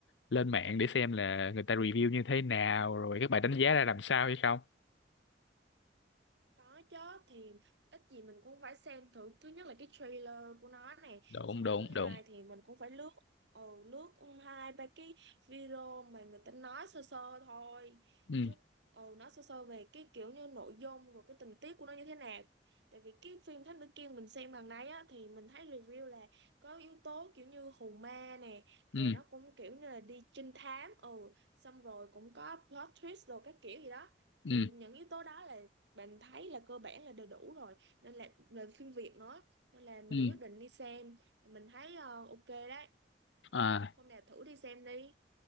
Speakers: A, on the left; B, on the right.
A: lên mạng để xem là người ta review như thế nào rồi các bài đánh giá ra làm sao hay không
B: Có chứ thì ít gì mình cũng phải xem thử thứ nhất là cái trailer của nó này
A: đúng
B: xong rồi
A: đúng
B: thứ hai
A: đúng
B: thì mình cũng phải lướt ừ, lướt hai ba cái video mà người ta nói sơ sơ thôi
A: ừ
B: chứ ừ, nói sơ sơ về cái kiểu như nội dung rồi cái tình tiết của nó như thế nào tại vì cái phim Thám Tử Kiên mình xem lần này á thì mình thấy review là có yếu tố kiểu như hù ma nè
A: ừ
B: rồi nó cũng kiểu như là đi trinh thám ừ xong rồi cũng có plot twist rồi các kiểu gì đó
A: ừ
B: thì những yếu tố đó là mình thấy là cơ bản là đầy đủ rồi nên là về phim Việt nữa nên là mình
A: ừ
B: quyết định đi xem mình thấy ờ, ok đấy
A: à
B: hôm nào thử đi xem đi